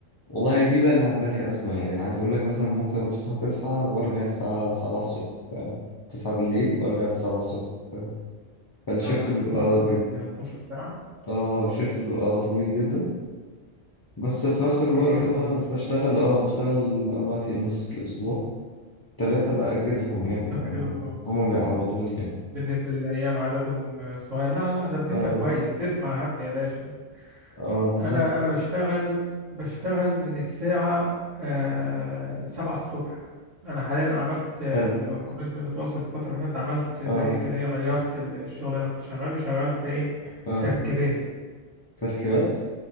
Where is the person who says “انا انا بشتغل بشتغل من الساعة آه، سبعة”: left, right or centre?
Right